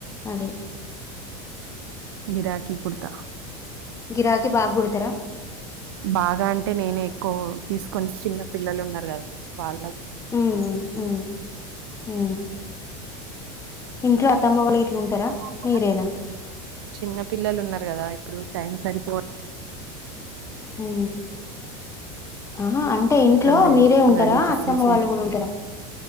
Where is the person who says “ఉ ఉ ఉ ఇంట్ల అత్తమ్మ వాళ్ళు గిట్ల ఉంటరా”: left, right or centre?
Left